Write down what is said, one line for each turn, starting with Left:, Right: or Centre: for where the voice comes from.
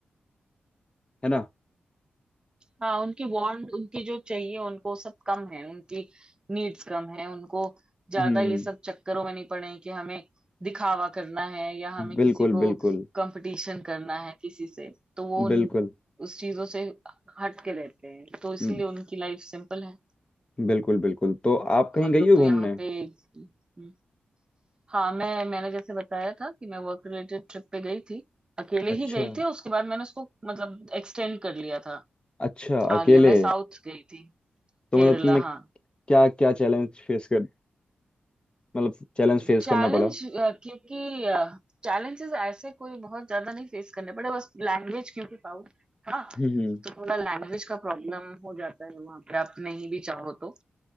Left: है ना
Right: हाँ उनकी वांट उनकी जो चाहिए उनको सब कम है उनकी नीड्स कम है उनको ज्यादा
Left: हम्म
Right: ये सब चक्करों में नहीं पड़े हैं कि हमें दिखावा करना है या हमें
Left: बिल्कुल
Right: किसी को
Left: बिल्कुल
Right: कंपटीशन करना है किसी से तो वो उन
Left: बिल्कुल
Right: उस चीजों से हट के रहते हैं तो इसीलिए
Left: हम्म,
Right: उनकी लाइफ सिंपल है
Left: बिल्कुल बिल्कुल तो आप कहीं
Right: हम
Left: गई
Right: लोग
Left: हो
Right: तो
Left: घूमने
Right: यहाँ पे हम्म, हाँ मैं मैंने जैसे बताया था कि मैं वर्क रिलेटेड ट्रिप पे गई थी अकेले
Left: अच्छा
Right: ही गई थी उसके बाद मैंने उसको मतलब एक्सटेंड कर लिया था
Left: अच्छा
Right: आगे
Left: अकेले
Right: मैं साउथ गई थी
Left: तो
Right: केरला
Left: मतलब तुमने
Right: हाँ
Left: क्या क्या चैलेंज फेस कर मतलब चैलेंज फेस
Right: चैलेंज
Left: करना पड़ा
Right: क्योंकि चैलेंजेस ऐसे कोई बहुत ज्यादा नहीं फेस करने पड़े बस लैंग्वेज क्योंकि साउथ हाँ
Left: हम्म
Right: तो थोड़ा लैंग्वेज का प्रॉब्लम हो जाता है वहां पे आप नहीं भी चाहो तो